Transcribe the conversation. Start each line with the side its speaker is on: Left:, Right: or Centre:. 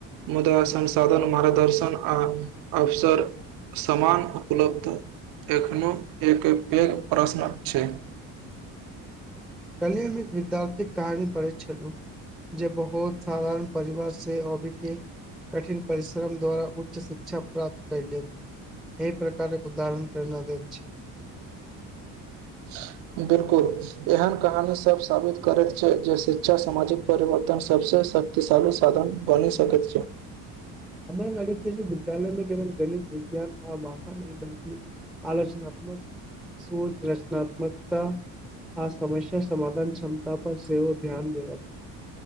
Right: मुदा संसाधन मार्गदर्शन आ अवसर समान उपलब्ध एखनो एक पैघ प्रश्न छै
Centre: कली हम एक विद्यार्थी कहानी पढ़ैत छलु जे बहुत साधारण परिवार से अवय के कठिन परिश्रम द्वारा उच्च शिक्षा प्राप्त कर लेब एहि प्रकारे उदाहरण प्रेरणा देैत छै
Right: <unintelligible> बिलकुल एहन कहानी सब साबित करैत छै जे शिक्षा सामाजिक परिवर्तन सबसँ तऽ सारो साधन बनी सकत छै
Centre: हमरा लागे छै विद्यालय मे केवल गणित विज्ञान आ भाषा न बल्कि आलोचनात्मक सोच रचनात्मकता आ समस्या समधान क्षमता पर सेहोव ध्यान देबाक